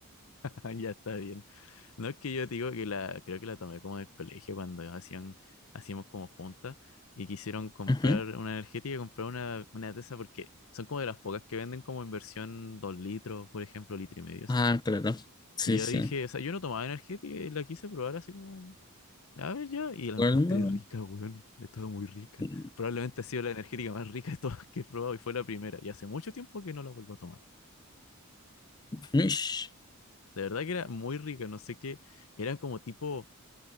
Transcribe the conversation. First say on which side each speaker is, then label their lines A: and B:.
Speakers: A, on the left; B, on the left.
A: <laughs> Ya está bien. No es que yo te digo que la, creo que la tomé como del colegio cuando hacían, hacíamos como juntas y quisieron comprar
B: <laughs>
A: una energética y comprar una, una de esas porque son como de las pocas que venden como en versión dos litros, por ejemplo, litro y medio, así.
B: Ah, claro. Sí,
A: Y yo
B: sí.
A: dije, o sea, yo no tomaba energética y la quise probar así como, a ver ya, y la
B: Bueno,
A: encontré rica, weón, estaba muy rica.
B: <laughs>
A: Probablemente ha sido la energética más rica de todas que he probado y fue la primera. Y hace mucho tiempo que no la vuelvo a tomar.
B: Mish.
A: De verdad que era muy rica, no sé qué, eran como tipo